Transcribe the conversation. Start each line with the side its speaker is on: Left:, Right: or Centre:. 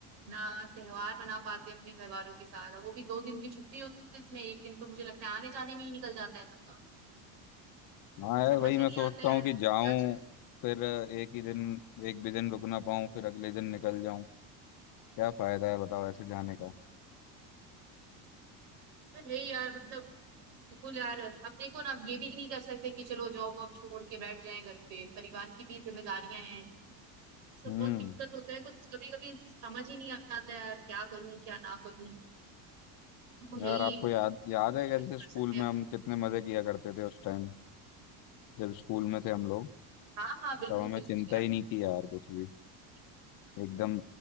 Right: ना त्योहार मना पाते हैं अपने घर वालों के साथ वो भी दो दिन की छुट्टी होती है इसमें एक दिन तो मुझे लगता है आने जाने में ही निकल जाता है सबका
Left: हाँ यार
Right: समझ
Left: वही
Right: ही
Left: मैं
Right: नहीं
Left: सोचता
Right: आता है यार
Left: हूँ कि
Right: ये क्या
Left: जाऊं
Right: चीज़
Left: फिर एक ही दिन एक भी दिन रुक ना पाऊं फिर अगले दिन निकल जाऊं क्या फायदा है बताओ ऐसे जाने का
Right: तो है यार मतलब बिल्कुल यार अब देखो ना अब ये भी नहीं कर सकते कि चलो जॉब वॉब छोड़ के बैठ जाएं घर पे परिवार की भी जिम्मेदारियां हैं सब
Left: हम्म
Right: बहुत दिक्कत होता है कुछ कभी कभी समझ ही नहीं आता यार क्या करूं क्या ना करूं तो यही
Left: यार आपको याद याद है
Right: क्या
Left: क्या जैसे
Right: ही
Left: स्कूल
Right: कर सकते हैं
Left: में हम कितने मजे किया करते थे उस टाइम जब स्कूल में थे हम लोग
Right: हाँ हाँ बिल्कुल
Left: तब हमें
Right: बिल्कुल
Left: चिंता
Right: यार
Left: ही नहीं थी यार कुछ भी
Right: बिल्कुल
Left: एकदम